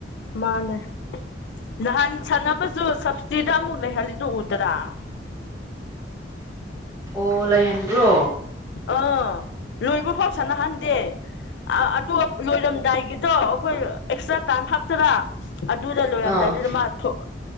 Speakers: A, on the left; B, on the right.
A: ꯃꯥꯅꯦ ꯅꯍꯥꯟ ꯁꯥꯟꯅꯕꯁꯨ ꯁꯞꯕꯁꯤꯇꯤꯗ ꯑꯃꯨꯛ ꯂꯩꯍꯜꯂꯤꯗꯨ ꯎꯗ꯭ꯔꯥ <inaudible>
B: ꯑꯣ ꯂꯩꯥꯍꯟꯕ꯭ꯔꯣ
A: ꯑꯥ ꯂꯣꯏꯕ ꯐꯥꯎ ꯁꯥꯅꯍꯟꯗꯦ ꯑ ꯑꯗꯣ ꯂꯣꯏꯔꯝꯗꯥꯏꯒꯤꯗꯣ ꯑꯈꯣꯏ ꯑꯦꯛꯁꯇ꯭ꯔꯥ ꯇꯥꯏꯝ ꯍꯥꯞꯇꯔꯥ ꯑꯗꯨꯗ ꯂꯣꯏꯔꯝꯗꯥꯏꯗꯨꯗ
B: ꯑꯥ
A: ꯃꯥ ꯊꯣꯛ